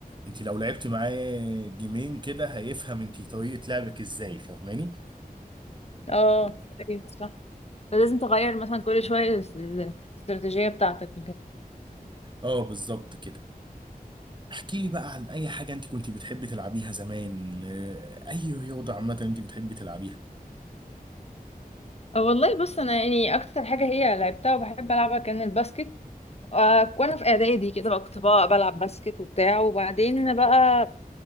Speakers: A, on the right; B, on the left.
A: انت لو لعبتي معاه جيمين كده هيفهم انت طريقة لعبك ازاي فاهماني؟
B: اه أيوة صح فلازم تغير مثلا كل شوية الاستراتيجية بتاعتك
A: اه بالظبط كده احكي لي بقى عن اي حاجة انت كنت بتحبي تلعبيها زمان آه، اي رياضة عامة انت بتحبي تلعبيها
B: والله بص انا يعني اكتر حاجه هي لعبتها وبحب العبها كان الباسكت آه، وانا في اعدادي كده بقى كنت بقى بلعب باسكت وبتاع وبعدين انا بقى